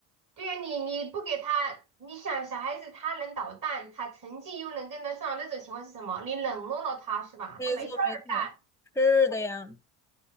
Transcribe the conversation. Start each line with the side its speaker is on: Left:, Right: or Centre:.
Right: 对呀，你你不给他，你想小孩子他能捣蛋，他成绩又能跟得上，那种情况是什么？你冷落了他是吧？
Centre: 没错，
Right: 他没事儿干，
Centre: 没错，是的呀，